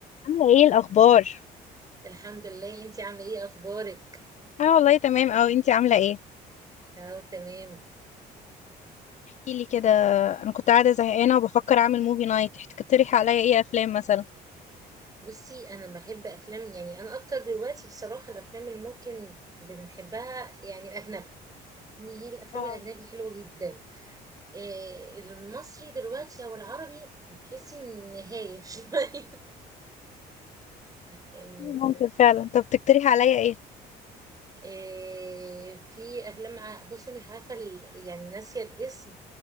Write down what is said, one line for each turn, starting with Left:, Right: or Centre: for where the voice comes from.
Left: عاملة ايه الأخبار؟
Right: الحمد لله انتي عامله ايه اخبارك
Left: أنا والله تمام أوي انتي عاملة ايه؟
Right: اه تمام
Left: احكيلي كده أنا كنت قاعدة زهقانة وبفكر أعمل موفي نايت تقترحي عليا ايه أفلام مثلا؟
Right: بصي انا بحب افلام يعني انا اكتر دلوقتي بصراحه الافلام اللي ممكن بنحبها يعني الاجنبي يعني هي الافلام
Left: اه
Right: الاجنبي حلوه جدا إيه المصري دلوقتي او العربي بتحسي ان هايف <laughs> شويه يعني
Left: ممكن فعلا طب تقترحي عليا ايه؟
Right: آه، في افلام ع- بصي مش عارفه ال- يعني ناسيه الاسم